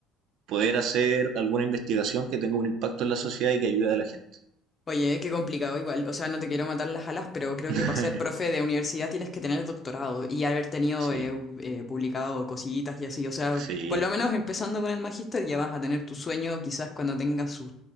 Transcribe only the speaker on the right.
poder hacer alguna investigación que tenga un impacto en la sociedad y que ayude a la gente.
<laughs>
Sí,
sí.